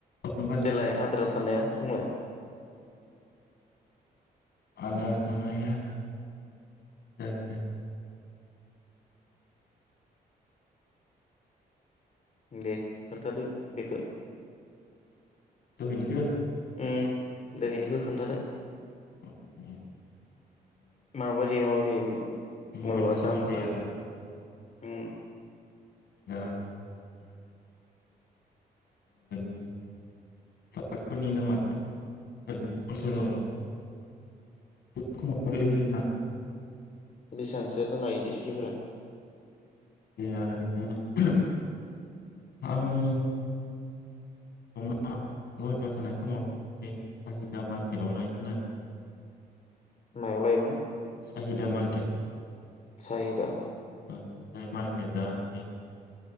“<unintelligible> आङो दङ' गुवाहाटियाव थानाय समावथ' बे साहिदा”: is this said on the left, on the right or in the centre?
Left